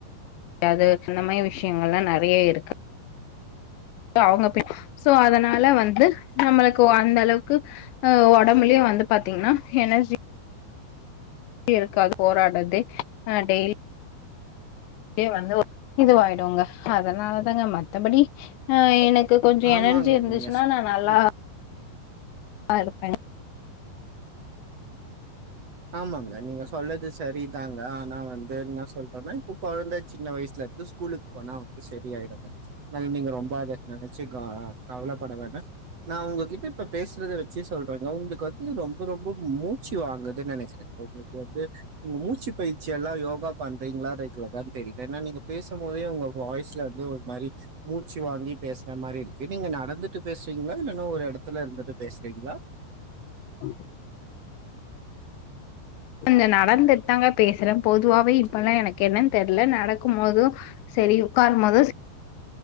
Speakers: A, on the left; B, on the right.
A: து அந்த மாரி விஷயங்கள்லா நறைய இருக்கு அவங்க போ சோ அதனால வந்து நம்மளுக்கு அந்த அளவுக்கு அ ஒடம்புலயே வந்து பாத்தீங்கன்னா எனர்ஜி இருக்காது போராட்றதே அ டெய் லி வந்து இதுவாயிடுங்க அதனாலதாங்க மத்தபடி ஆ எனக் க்கு கொஞ்சோ
B: ஆமாங்க
A: எனர்ஜி இருந்துச்சுன்னா
B: நீங்க சொ
A: நா நல்லா
B: ம்
A: ல்லா இருப்ப
B: ஆமாங்க நீங்க சொல்லது சரிதாங்க ஆனா வந்து என்ன சொல்றேன்னா இப்ப கொழந்த சின்ன வயசுல இருந்து ஸ்கூலுக்கு போனா வந்து சரி ஆயிடுங்க அதனால நீங்க ரொம்ப அதை நெனைச்சு க கவல பட வேணா நா உங்ககிட்ட இப்ப பேசுனத வச்சு சொல்றேங்க உங்களுக்கு வந்து ரொம்ப ரொம்ப மூச்சு வாங்கு துனு நெனைக்கிறே உங்களுக்கு வந்து மூச்சு பயிற்சி எல்லா யோகா பண்றீங்களா ரெகுலரானு தெரில ஏனா நீங்க பேசும்போதே உங்க வாய்ஸ்ல வந்து ஒரு மாரி மூச்சி வாங்கி பேசுற மாரி இருக்கு நீங்க நடந்துட்டு பேசுவிங்களா இல்லன்னா ஒரு எடத்துல இருந்துட்டு பேசுறீங்களா
A: <inaudible> கொஞ்சோ நடந்துட்டு தாங்க பேசுறேன் பொதுவாவே இப்பல்லா எனக்கு என்னன் தெர்ல நடக்கும் போதும் செரி உக்காரும் போது செரி